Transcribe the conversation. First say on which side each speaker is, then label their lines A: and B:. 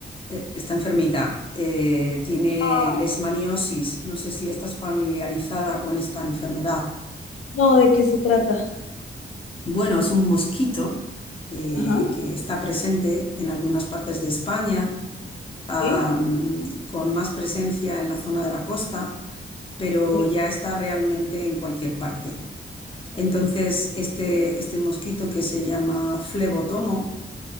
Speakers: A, on the left; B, on the left.
A: eh, está enfermita, eh, tiene
B: Ah,
A: leishmaniosis. No sé si estás familiarizada con esta enfermedad.
B: no, ¿de qué se trata?
A: Bueno, es un mosquito que,
B: Ajá,
A: que está presente en algunas partes de España, am,
B: sí.
A: con más presencia en la zona de la costa, pero
B: sí.
A: ya está realmente en cualquier parte. Entonces, este, este mosquito que se llama flebotomo,